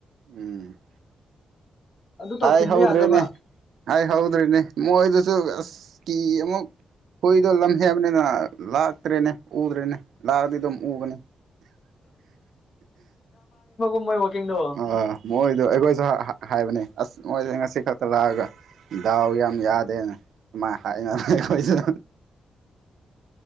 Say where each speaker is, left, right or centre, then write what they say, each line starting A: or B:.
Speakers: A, on the right; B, on the left.
A: ꯎꯝ
B: ꯑꯗꯨ ꯇꯧꯁꯤꯟꯕ
A: ꯍꯥꯏꯥꯏ ꯍꯥꯎꯗ꯭ꯔꯔꯤꯅꯦ
B: ꯌꯥꯗ꯭ꯔꯕ
A: ꯍꯥꯏꯥꯏ ꯍꯥꯎꯗ꯭ꯔꯔꯤꯅꯦ ꯃꯣꯏꯣꯏ ꯑꯁꯀꯤꯤ ꯑꯃꯨꯛ ꯍꯨꯣꯏꯗꯣ ꯂꯝꯍꯦꯕꯅꯤꯅ ꯂꯥꯛꯇ꯭ꯔꯦꯅꯦ ꯎꯗ꯭ꯔꯦꯅꯦ ꯂꯥꯛꯑꯗꯤ ꯑꯗꯨꯝ ꯎꯒꯅꯤ
B: ꯋꯥꯀꯤꯦꯗꯣ
A: ꯑꯥ ꯃꯣꯏꯗꯣ ꯑꯩꯈꯣꯏꯁꯨ ꯍꯥꯏꯕꯅꯦ ꯑꯁ ꯃꯣꯏꯁꯦ ꯉꯁꯤ ꯈꯛꯇ ꯂꯥꯛꯑꯒ ꯗꯥꯎ ꯌꯥꯝ ꯌꯥꯗꯦꯅ ꯃꯥ ꯍꯥꯏꯥꯏꯅ ꯀꯣꯏꯁ